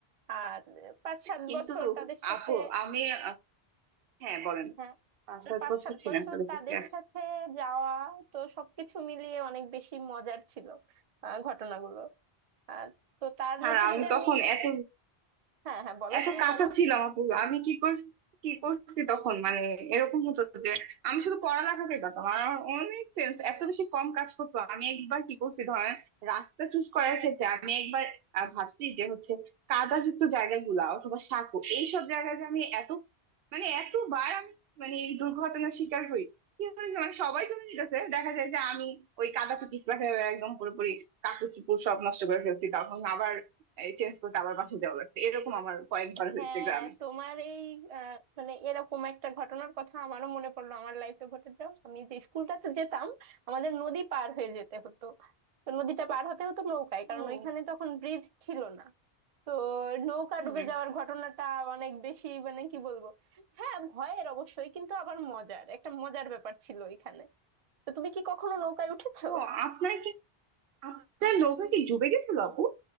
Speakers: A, on the right (about 50°); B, on the right (about 70°).
A: আর আহ, পাঁচ সাত
B: কিন্তু
A: বছর তাদের সাথে
B: আপু আমি আহ, হ্যাঁ বলেন
A: হ্যাঁ
B: পাঁচ
A: না,
B: সাত
A: পাঁচ
B: বছর
A: সাত
B: ছিলাম
A: বছর
B: তাদের
A: তাদের
B: পক্ষে
A: সাথে যাওয়া তো সবকিছু মিলিয়ে অনেক বেশি মজার ছিল আহ, ঘটনাগুলো আর তো তার মধ্যে
B: আর আমি
A: যদি
B: তখন
A: আমি
B: এত
A: হ্যাঁ হ্যাঁ বলো
B: এত
A: তুমি
B: কাঁচা
A: বলো
B: ছিলাম আপু আমি কি করছি কি করছি তখন মানে এরকম হতো যে আমি শুধু পড়ালেখাতেই পারতাম আর আমার অনেক সেন্স এত বেশি কম কাজ করতো আমি একবার কি করছি ধরেন রাস্তা চুজ করার ক্ষেত্রে আমি একবার আহ, ভাবছি যে হচ্ছে কাদাযুক্ত জায়গাগুলা অথবা সাঁকো এইসব জায়গায় যে আমি এত মানে এতবার আমি মানে এই দুর্ঘটনার শিকার হই কি হয়েছে মানে সবাই চলে যেতেছে দেখা যায় যে আমি ওই কাদাতে পিছলা খেয়ে একদম পুরোপুরি কাপড় চোপড় সব নষ্ট করে ফেলছি তখন আবার চেঞ্জ করতে আবার বাসা যাওয়া লাগছে এরকম আমার কয়েকবার হয়েছে
A: হ্যাঁ
B: গ্রামে
A: তোমার এই আহ, মানে এরকম একটা ঘটনার কথা আমারও মনে পড়লো আমার লাইফে ঘটে যাও আমি যে স্কুলটাতে যেতাম আমাদের নদী পার হয়ে যেতে হতো তো নদীটা পার হতে হতো নৌকায় কারণ
B: ও
A: ওইখানে তখন ব্রিজ ছিল না তো নৌকা
B: হুম
A: ডুবে যাওয়ার ঘটনাটা অনেক বেশি মানে কি বলবো হ্যাঁ ভয়ের অবশ্যই কিন্তু আবার মজার একটা মজার ব্যাপার ছিল ওইখানে তো তুমি কি কখনো নৌকায় উঠেছো
B: ও আপনার কি আপনার নৌকা কি ডুবে গেছিল আপু